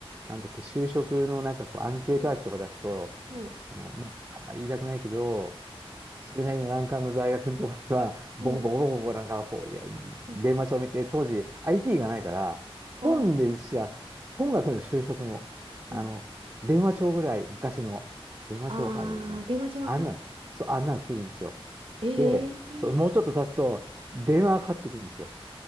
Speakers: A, on the right (about 30°); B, on the right (about 65°).
A: なんだっけ、就職のなんかこう、アンケートワークとか出すと、
B: うん、はい。
A: その、まあ、あんまり言いたくないけど、それなりの難関の大学のところには、<laughs> ボコボコボコボコなんか、
B: うん、
A: ほういや、電話帳見て、
B: うん。
A: 当時 IT
B: え、
A: がないから、
B: あ、
A: 本でしか、本学の就職の、あの、
B: うん。
A: 電話帳ぐらい、昔の電話帳わかるよね。
B: ああ、電話帳わかります。
A: あんなの、そう、あんなの来るんですよ。
B: ええー、
A: で、そうもうちょっと経つと、電話がかかってくるんですよ。